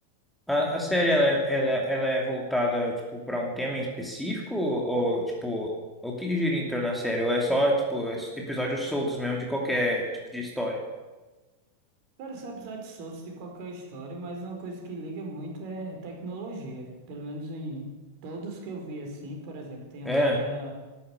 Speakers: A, in the centre; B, on the right (about 45°).
A: A,
B: muito
A: a série
B: interessante.
A: ela, é- ela, ela é voltada tipo para um tema em específico ou tipo o que gira em torno da série ou é só tipo es- episódios soltos mesmo de qualquer tipo de história?
B: Cara, são episódios soltos de qualquer história, mas uma coisa que liga muito é tecnologia. Pelo menos em todos que eu vi assim, por exemplo, tem
A: É,
B: um que era